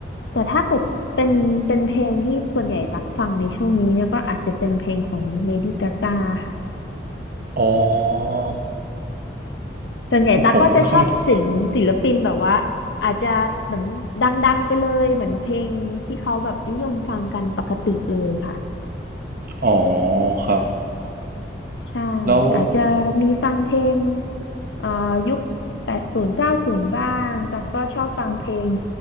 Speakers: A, on the left (about 80°); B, on the right (about 50°).
A: แต่ถ้าเกิดเป็นเป็นเพลงที่ส่วนใหญ่ตักฟังในช่วงนี้เนี่ยก็อาจจะเป็นเพลงของ Lady Gaga ค่ะ
B: อ๋อ
A: ส่วนใหญ่ตักก็จะชอบศิลปศิลปินแบบว่าอาจจะเหมือนดังๆไปเลยเหมือนเพลงที่เขาแบบนิยมฟังกันปกติเลยค่ะ
B: คือผมไม่ค่อยอ๋อครับ
A: ใช่
B: แล้ว
A: อาจจะมีฟังเพลงเอ่อยุคแปดศูนย์เก้าศูนย์บ้างแต่ก็ชอบฟังเพลง